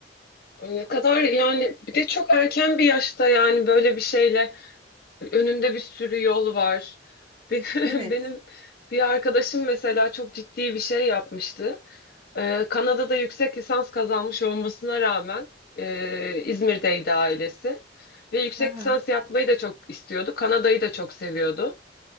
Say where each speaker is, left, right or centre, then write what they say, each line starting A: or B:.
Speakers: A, on the left; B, on the right.
A: ne kadar yani bir de çok erken bir yaşta yani böyle bir şeyle önünde bir sürü yol var. Benim,
B: Evet.
A: <laughs> benim bir arkadaşım mesela çok ciddi bir şey yapmıştı. Ee, Kanada'da yüksek lisans kazanmış olmasına rağmen e, İzmir'deydi ailesi. Ve yüksek
B: Hı hı.
A: lisans yapmayı da çok istiyordu. Kanada'yı da çok seviyordu.